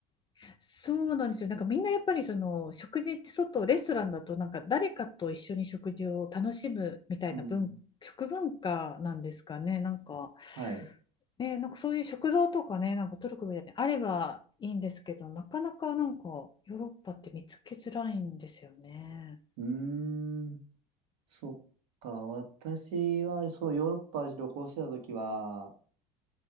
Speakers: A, on the left; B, on the right.
A: <laughs> そうなんですよなんかみんなやっぱりその食事って外レストランだとなんか誰かと一緒に食事を楽しむみたいな文食文化なんですかねなんか。
B: うん。はい。
A: ね、なんかそういう食堂とかね、なんかトルコみたいにあればいいんですけど、なかなかなんかヨーロッパって見つけづらいんですよね。
B: うーん。そっか。私は、そう、ヨーロッパ旅行してた時は、